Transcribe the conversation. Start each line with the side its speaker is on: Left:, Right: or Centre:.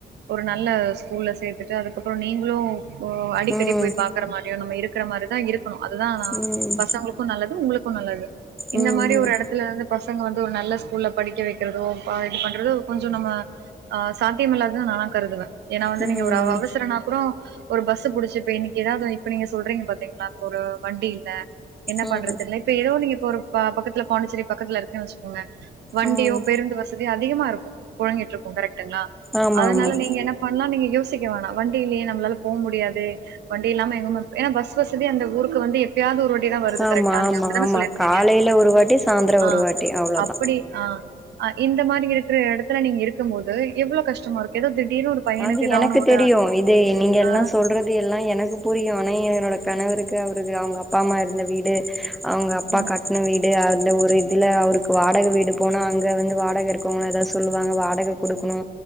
Right: ஒரு நல்லா ஸ்கூல சேர்த்துடு அதுக்கப்றோ நீங்களு ஓ அடிக்கடி
Centre: ம்
Right: போய் பாக்குற மாரியு நம்ம இருக்கிற மாரிதா இருக்கணு அதுதா
Centre: ம்
Right: பசங்களுக்கு நல்லது உங்களுக்கு நல்லது இந்த
Centre: ம்
Right: மாரி ஒரு இடத்துல இருந்து பசங்க வந்து ஒரு நல்ல ஸ்கூல்ல படிக்க வைக்கிறதோ இப்ப இது பண்றது கொஞ்ச நம்ம ஆ சாத்தியமில்லாததுனு நானா கருதுவே ஏன்னா வந்து
Centre: ம்
Right: நீங்க ஒரு அவசரனா கூடோ ஒரு பஸ் புடிச்சு இப்ப இன்னைக்கு ஏதாவது இப்ப நீங்க சொல்றீங்க பாத்தீங்களா இப்ப ஒரு வண்டி இல்ல என்ன
Centre: ம்
Right: பண்றது தெரில இப்ப ஏதோ நீங்க இப்ப ஒரு பக்கத்துல பாண்டிச்சேரி பக்கத்துல இருக்கன்னு வச்சுக்கோங்கலே வண்டியோ
Centre: ம்
Right: பேருந்து வச இதுவே அதிகமாருக்கு பொழங்கிட்டு இருக்கு கரெக்டுங்களா
Centre: ஆமா
Right: அதனால
Centre: ஆமா
Right: நீங்க என்ன பன்லா நீங்க யோசிக்க வேணா வண்டியிலயே நம்மளால போ முடியாது வண்டி இல்லாம எங்கம ஏன்னா பஸ் வசதி அந்த ஊருக்கு வந்து எப்பயாவ்து ஒரு வாட்டி தா வருது
Centre: ஆமா
Right: கரெக்டா நீங்க
Centre: ஆமா
Right: அப்டித்தானே
Centre: ஆமா
Right: சொல்லிருக்கீங்க
Centre: காலையில ஒரு வாட்டி சாயந்தரோ
Right: ஆ
Centre: ஒரு வாட்டி அவ்ளோதா
Right: அப்டி ஆ அ இந்த மாரி இருக்கிற இடத்துல நீங்க இருக்கு போது எவ்ளோ கஷ்டமா இருக்கு ஏதோ திடீர்னு ஒரு பையனுக்கு
Centre: அது
Right: ஏதாவனு
Centre: எனக்கு
Right: ஒரு
Centre: தெரியு இது நீங்க எல்லா
Right: ஆ
Centre: சொல்றது எல்லா எனக்கு புரியு ஆனா என்னோட கணவருக்கு அவருக்கு அவங்க அப்பா அம்மா இருந்த வீடு அவங்க அப்பா
Right: ம்
Centre: கட்ன வீடு அந்த ஒரு இதுல அவருக்கு வாடக வீடு போனா அங்க வந்து வாடக இருக்கவங்களு எதாவது சொல்லுவாங்க வாடக குடுக்கணு